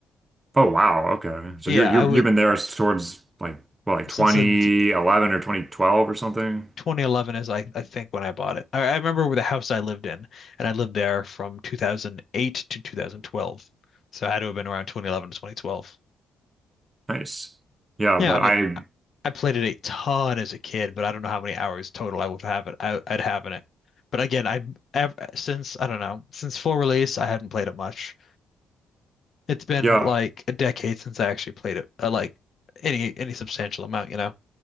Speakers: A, on the right; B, on the left.
A: Oh wow, okay. So
B: Yeah,
A: you're you're
B: I would
A: you've been there towards like well like
B: since
A: 2011
B: the
A: or 2012 or something.
B: 2011 is I, I think when I bought it. I, I remember with the house I lived in, and I lived there from 2008 to 2012. So I had to have been around 2011 to 2012.
A: Nice. Yeah,
B: Yeah,
A: but
B: I mean,
A: I
B: I played it a ton as a kid, but I don't know how many hours total I would have it. I, I'd have in it. But again, I ever, since I don't know since full release, I hadn't played it much. It's been
A: yeah,
B: like a decade since I actually played it, uh, like any any substantial amount, you know.